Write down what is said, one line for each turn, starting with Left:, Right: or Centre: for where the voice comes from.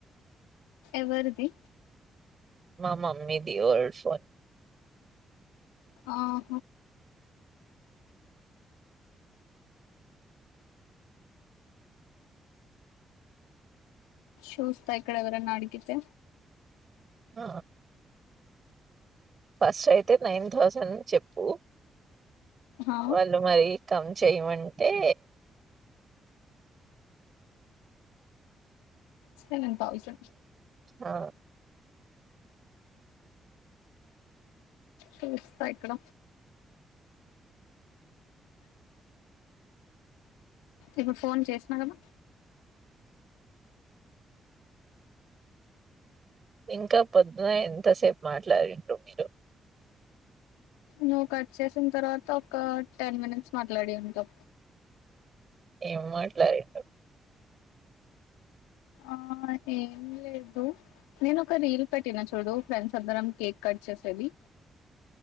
Left: ఎవరిది
Right: మా మమ్మీది ఓల్డ్ ఫోన్
Left: ఆహ చూస్తా ఇక్కడ ఎవరన్నా అడిగితే
Right: ఆ ఫస్ట్ అయితే నైన్ థౌజండ్ చెప్పు
Left: ఆ
Right: వాళ్ళు మరి కమ్ చేయమంటే
Left: సెవెన్ తౌసన్
Right: ఆ
Left: చూస్తా ఇక్కడ ఇప్పుడు ఫోన్ చేసినా కదా
Right: ఇంకా పొద్దున ఎంతసేపు మాట్లాడింట్రు మీరు
Left: నువ్వు కట్ చేసిన తర్వాత ఒక టెన్ మినిట్స్ మాట్లాదిండు
Right: ఏం మాట్లాడిండు
Left: ఆ ఏం లేదు నేను ఒక రీల్ పెట్టినా చూడు ఫ్రెండ్స్ అందరం కేక్ కట్ చేసేది